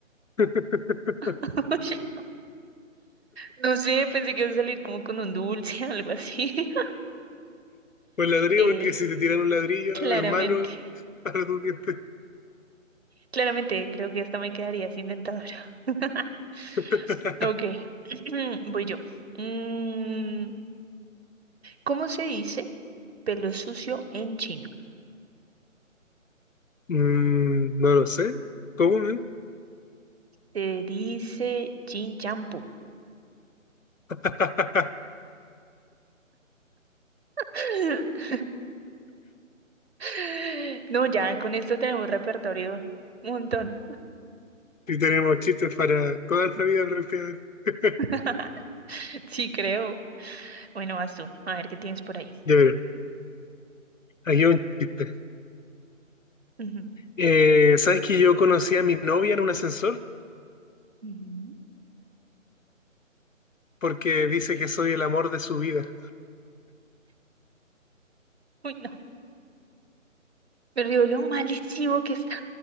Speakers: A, on the left (about 70°); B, on the right (about 50°).
A: <laughs>
B: <laughs> Ush, No sé, pensé que iba a salir como con un dulce, <laughs> algo así. <laughs>
A: O el ladrillo,
B: Eh,
A: porque si te tiran un ladrillo
B: claramente,
A: es malo para tus dientes.
B: claramente, creo que hasta me quedaría sin dentadura. <laughs>
A: <laughs>
B: Ok, <clears throat> voy yo. Mm, ¿cómo se dice pelo sucio en chino?
A: Mm, no lo sé. ¿Cómo? eh?
B: Se dice chin champú.
A: <laughs>
B: <laughs> <laughs> No, ya con esto tenemos repertorio un montón.
A: Y tenemos chistes para toda la vida prácticamente. <laughs>
B: <laughs> Sí, creo. Bueno, vas tú. A ver qué tienes por ahí.
A: Ya verás, aquí hay un chiste.
B: Ujú,
A: Eh, ¿sabes que yo conocí a mi novia en un ascensor?
B: ujú.
A: Porque dice que soy el amor de su vida.
B: Uy, no. Me río lo malísimo que está.